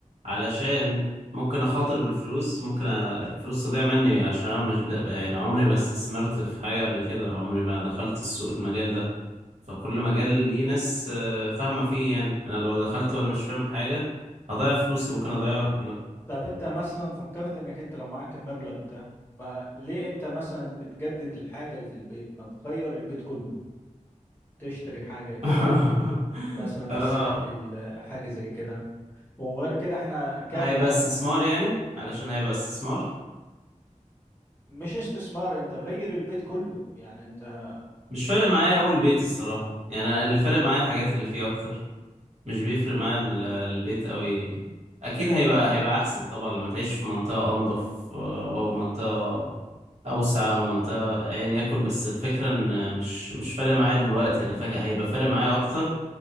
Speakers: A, on the right (about 55°); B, on the left (about 15°).
A: علشان ممكن أخاطر بالفلوس ممكن أ- الفلوس تضيع مني عشان أنا مش... لا، يعني عمري ما استثمرت في حاجة قبل كده عمري ما دخلت السوق المجال ده فكل مجال ليه ناس آه، فاهمة فيه يعني أنا لو دخلت وأنا مش فاهم حاجة هضيع فلوسي ممكن أضيعها كلها
B: طب انت مثلا فكرت انك انت لو معاك المبلغ ده ما ليه انت مثلا تجدد الحاجة اللي في البيت ما تغير البيت كله تشتري حاجة كده
A: <laughs>
B: مثلا في
A: آه،
B: الساحل حاجة زي كده وغير كده احنا كام
A: هيبقى
B: يعني
A: استثمار يعني علشان هيبقى استثمار
B: مش استثمار انت غير البيت كله يعني انت
A: مش فارق معايا أول بيت الصراحة يعني أنا اللي فارق معايا الحاجات اللي فيه أكتر مش بيفرق معاه ال- البيت قوي اكيد هيبقى هيبقى احسن طبعا لما تعيش في منطقة انضف آه، او منطقة اوسع او منطقة ايا يكن بس الفكرة ان مش مش فارق معايا دلوقتي انا فاكر هيبقى فارق معايا اكتر